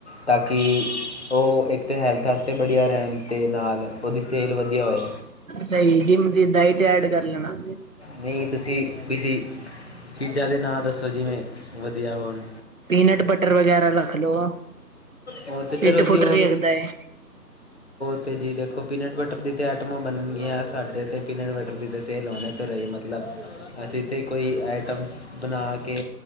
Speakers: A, on the left; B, on the right.
A: ਤਾਂ ਕਿ ਉਹ ਇੱਕ ਅਤੇ ਹੈਲਥ ਵਾਸਤੇ ਵਧੀਆ ਰਹਿਣ ਦੇ ਨਾਲ ਉਹਦੀ ਸੈਲ ਵਧੀਆ ਹੋਵੇ।
B: ਸਹੀ ਜਿੰਮ ਦੀ ਡਾਇਟ ਐਡ ਕਰ ਲੈਣਾ
A: ਨਹੀਂ, ਤੁਸੀਂ ਕਿਸੇ ਚੀਜ਼ਾਂ ਦੇ ਨਾਂ ਦੱਸੋ ਜਿਵੇਂ ਵਧੀਆ ਹੋਣ
B: ਪੀਨਟ ਬਟਰ ਵਗੈਰਾ ਰੱਖ ਲਓ।
A: ਉਹ ਤੇ ਚਲੋ
B: ਪਿੱਟ
A: ਜੀ
B: ਫੁੱਟ ਰਰੇਗਦਾ ਹੈ।
A: ਅਤੇ ਜੀ ਦੇਖੋ ਪੀਨਟ ਬਟਰ ਦੀ ਤਾਂ ਆਈਟਮਾਂ ਬਣ ਗਈਆਂ, ਸਾਡੇ ਤਾਂ ਪੀਨਟ ਬਟਰ ਦੀ ਸੇਲ ਹੋਣੇ ਤੋਂ ਰਹੀ ਮਤਲਬ ਅਸੀਂ ਤੇ ਕੋਈ ਆਈਟਮਸ ਬਣਾ ਕੇ